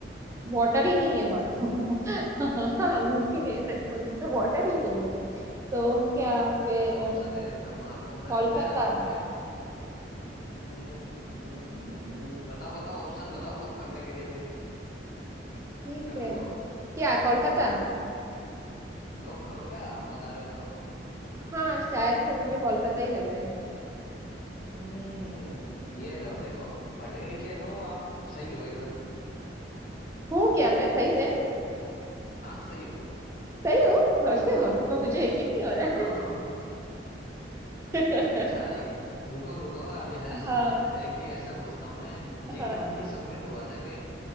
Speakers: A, on the right; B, on the left.
A: Water ही नहीं है वहां तो <laughs> हाँ वो भी कह रहे थे उधर तो वाटर ही नहीं है तो क्या फिर
B: चलो ऑप्शन दे देता हूँ मैं आपको मैं
A: कोलकाता
B: मैं आपको भी अट- हम्म, हम्म, हम्म, हम्म। बताओ बताओ ऑप्शन बताओ लॉक करने के लिए फिर
A: ठीक
B: कर
A: है
B: दूं लॉक
A: क्या कोलकाता
B: लॉक करूं क्या आप बता रहे हो तो
A: हाँ शायद से मुझे कोलकाता ही लग रहा है
B: हम्म ये लो देखो पढ़े लिखे हो आप सही हो एकदम
A: हूँ क्या मैं सही में
B: हाँ सही हो
A: सही हूँ अरे बाबा, मुझे यकीन नहीं हो रहा
B: हाँ
A: है
B: अच्छा एक रुको रुको अभी है
A: <laughs>
B: ऐसा
A: हाँ
B: मत एक ही ऐसा पूछता हूँ मैं जी
A: हाँ
B: ट्वेंटी समिट हुआ था कि